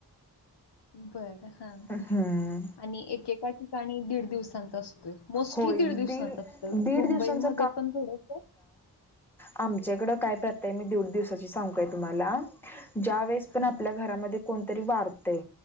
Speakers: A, on the left; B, in the centre.
A: बर हा
B: हम्म
A: आणि एकेका ठिकाणी दीड दिवस. असत मोस्टली
B: होय
A: दीड दिवस असत मुंबई
B: दीड दिवसांचा
A: मध्ये पण थोडस
B: आमच्याकडं काय प्रथा आहे मी दीड दिवस सांगू काय तुम्हाला ज्या वेळेस पण
A: हां.
B: आपल्या घरामध्ये कोणतरी वारतय